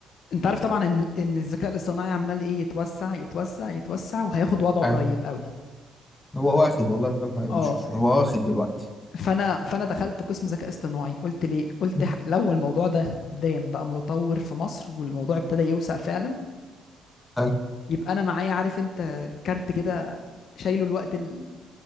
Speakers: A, on the left; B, on the left.
A: انت عارف طبعا ان ان الذكاء الاصطناعي عمال ايه يتوسع يتوسع يتوسع وهياخد وضعه
B: حلو.
A: قريب قوي
B: هو واخد والله من غير ما يمشي
A: اه
B: هو واخد دلوقتي
A: فانا فانا دخلت قسم ذكاء اصطناعي قلت ليه قلت
B: مم.
A: ح- لو الموضوع ده قدام بقى متطور في مصر والموضوع ابتدى يوسع فعلا
B: حلو.
A: يبقى انا معايا عارف انت كارت كده شايله الوقت ال...